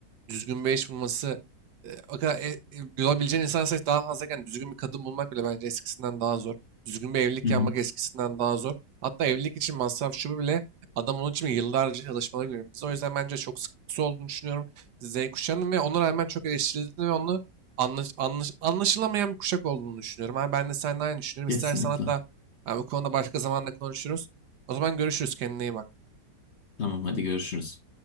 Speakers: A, on the right; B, on the left.
A: Düzgün bir eş bulması eee, o kadar e, e, bulabileceğin insan sayısı daha fazlayken düzgün bir kadın bulmak bile bence eskisinden daha zor. Düzgün bir evlilik
B: Hı
A: yapmak
B: hı.
A: eskisinden daha zor. Hatta evlilik için masraf şu bu bile Adam onun için yıllarca çalışmaları günümüzde. O yüzden bence çok sıkıntısı olduğunu düşünüyorum Z kuşağının ve ona rağmen çok eleştirildiğini ve onu anlaş, anlaş- anlaşılamayan bir kuşak olduğunu düşünüyorum. Abi ben de seninle aynı düşünüyorum.
B: Kesinlikle.
A: İstersen hatta ha, bu konuda başka zamanda konuşuruz. O zaman görüşürüz. Kendine iyi bak.
B: Tamam hadi görüşürüz.